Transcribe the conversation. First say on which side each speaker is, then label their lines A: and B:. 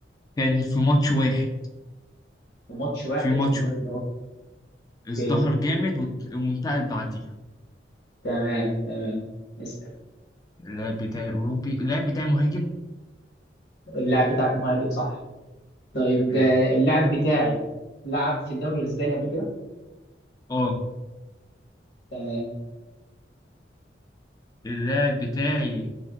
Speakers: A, on the left; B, on the left.
A: كان في ماتش واحد
B: وماتش واحد
A: في ماتش
B: في الدوري
A: واحد ازدهر
B: أوكي
A: جامد وت- وانتقل بعديها
B: تمام تمام اسأل.
A: اللاعب بتاعي اوروبي اللاعب بتاعي مهاجم
B: اللاعب بتاعك مهاجم صح طيب
A: تمام
B: آه، اللاعب بتاعي لعب في الدوري الأسباني قبل كده
A: اه
B: تمام
A: اللاعب بتاعي